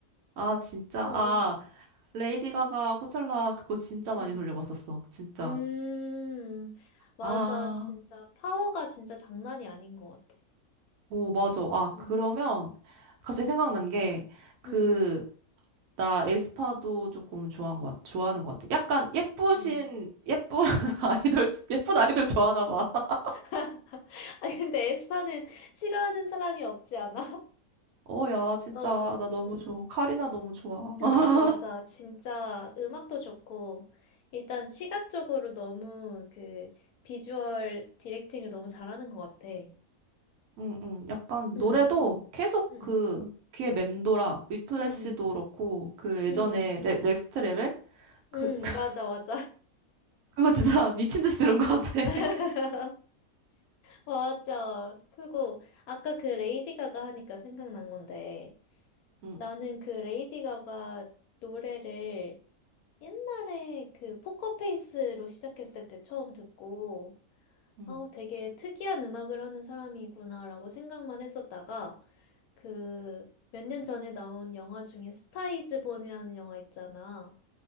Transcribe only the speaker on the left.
어,
응.
음, 맞아,
진짜. 파워가 진짜 장난이 아닌 것 같아.
응,
응,
응.
<laughs> 아, 근데 에스파는 싫어하는 사람이 없지 않아?
<laughs> 어,
응.
<clears throat>
맞아. 진짜 음악도 좋고, 일단 시각적으로 너무 그 비주얼 디렉팅을 너무 잘하는 것 같아.
응,
응,
응,
응,
응,
맞아, 맞아.
<laughs> 맞아. 그리고 아까 그 레이디 가가 하니까 생각난 건데,
나는 그 레이디 가가 노래를 옛날에 그 포커페이스로 시작했을 때 처음 듣고,
어, 되게 특이한 음악을 하는 사람이구나라고 생각만 했었다가 그 몇 년 전에 나온 영화 중에 스타이즈 본이라는 영화 있잖아.